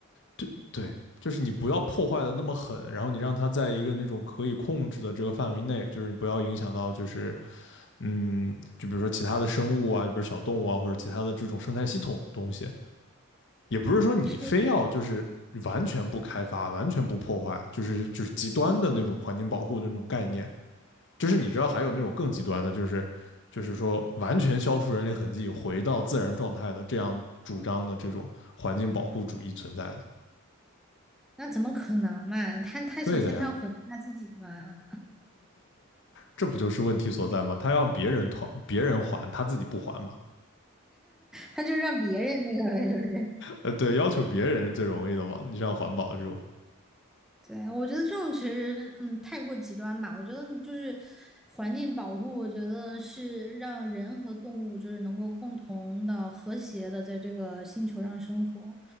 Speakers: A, on the left; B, in the centre.
A: 对对，就是你不要破坏的那么狠，然后你让它在一个那种可以控制的这个范围内，就是你不要影响到就是嗯，就比如说其他的生物啊，就比如小动物啊，或者其他的这种生态系统的东西，也不是说你非要就是完全不开发、
B: 是，
A: 完全不破坏，就是就是极端的那种环境保护的那种概念，就是你知道还有那种更极端的，就是就是说完全消除人类痕迹，回到自然状态的这样主张的这种环境保护主义存在的。
B: 那怎么可能嘛？他他首先他要毁灭他自己嘛，
A: 对的呀，这不就是问题所在吗？他让别人团别人还，他自己不还嘛？
B: 他就让别人那个呗，
A: 呃，<laughs> 对，要求别人是最容易的嘛。你像环保的这种，
B: 对，我觉得这种其实，嗯，太过极端吧。我觉得就是环境保护，我觉得是让人和动物就是能够共同的、和谐的在这个星球上生活，